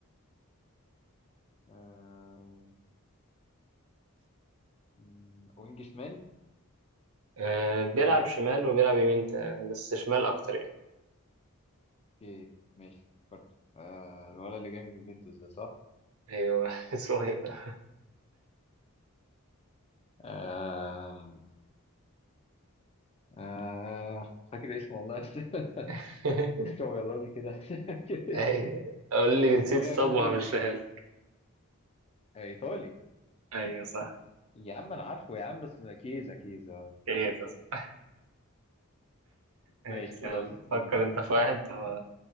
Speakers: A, on the left; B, on the right.
A: آه مم، وينج شمال
B: آه بيلعب شمال وبيلعب يمين تا- بس شمال أكتر يعني
A: اوكي ماشي فكرت آه الولد اللي جاي من اليوفنتوس ده صح <laughs>
B: أيوه <laughs> اسمه إيه ده؟
A: آم، آه فاكر اسمه والله بس <laughs>
B: <laughs>
A: وشه بيضاني كده <laughs> فاكر
B: أيوة.
A: اسمه
B: قول لي
A: اسمه
B: جنسيته
A: ايه يا ربي؟
B: طب وهمشيها
A: آه، ايطالي
B: ايوه صح
A: يا عم انا عارفه يا عم بس ده كيزا كيزا
B: خير ده صح ماشي
A: ماشي خلاص
B: يلا فكر
A: انت
B: انت في واحد هو